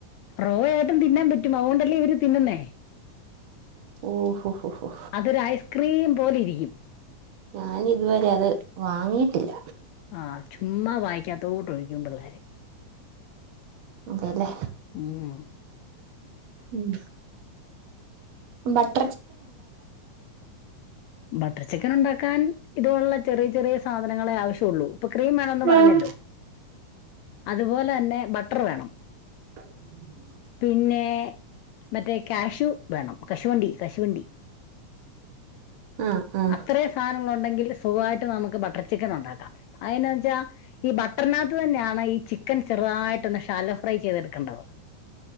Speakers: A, on the left; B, on the right.
A: റോയായിട്ടും തിന്നാൻ പറ്റും അതുകൊണ്ടല്ലേ ഇവര് തിന്നുന്നേ
B: ഓഹോ ഹോ ഹോ
A: അതൊരു ഐസ് ക്രീം പോലെ ഇരിക്കും
B: ഞാൻ ഇതുവരെ അത് വാങ്ങിയിട്ടില്ല
A: ആ ചുമ്മാ വായിക്കാത്തോട്ട് ഒഴിക്കുമ്പഴെ <inaudible>
B: അതേല്ലേ
A: ഉം
B: ഉം ബട്ട്
A: ബട്ടർ ചിക്കൻ ഉണ്ടാക്കാൻ ഇതുപോലുളള ചെറിയ ചെറിയ സാധനങ്ങളെ ആവശ്യ ഒള്ളൂ ക്രീം വേണന്ന് പറഞ്ഞല്ലോ
B: ആഹ്
A: അതുപോലെ തന്നെ ബട്ട് ബട്ടർ വേണം
B: <inaudible>
A: പിന്നെ മറ്റേ കാഷു വേണം കശുവണ്ടി കശുവണ്ടി
B: ആഹ് ആഹ്
A: അത്രയും സാധനങ്ങളുണ്ടെങ്കിൽ സുഖമായിട്ട് നമുക്ക് ബട്ടർ ചിക്കൻ ഉണ്ടാക്കാം അതിന് വെച്ചാൽ ഈ ബട്ടർനാത്ത് തന്നെയാണ് ഈ ചിക്കൻ ചെറുതായിട്ട് പിന്നെ ശാലോ ഫ്രൈ ചെയ്തെടുക്കണ്ടാവോ